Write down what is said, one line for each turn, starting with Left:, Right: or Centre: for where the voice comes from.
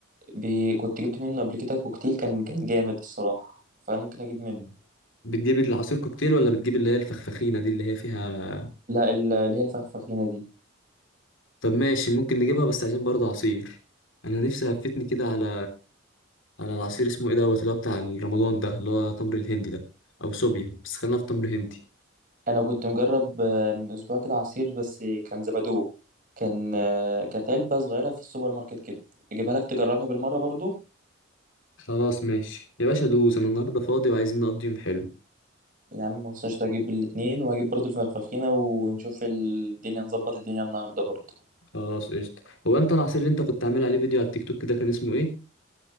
Right: بي... كنت جبت منه قبل كده كوكتيل كان كان جامد الصراحة فممكن أجيب منه
Left: بتجيب العصير كوكتيل ولا بتجيب اللي هي الفخفخينة دي اللي هي فيها
Right: لا ال- اللي هي الفخفخينة دي
Left: طب ماشي ممكن نجيبها بس عايزين برضه عصير انا نفسي هفتني كده على على العصير اسمه ايه دوت اللي هو بتاع رمضان ده اللي هو تمر الهندي ده او صوبيا بس خلينا في تمر هندي
Right: أنا كنت مجرب آه، من أسبوع كده عصير بس كان زبادو كان آه، كانت علبة صغيرة في السوبر ماركت كده أجيبها لك تجربها بالمرة برضو
Left: خلاص ماشي يا باشا دوس انا النهارده فاضي وعايزين نقضي يوم حلو
Right: يا عم مخصناش هجيب الاتنين وهجيب برضو الفخفخينة ونشوف الدنيا نظبط الدنيا النهاردة برضو
Left: خلاص قشطة هو انت العصير اللي انت كنت عامل عليه فيديو على التيك توك ده كان اسمه ايه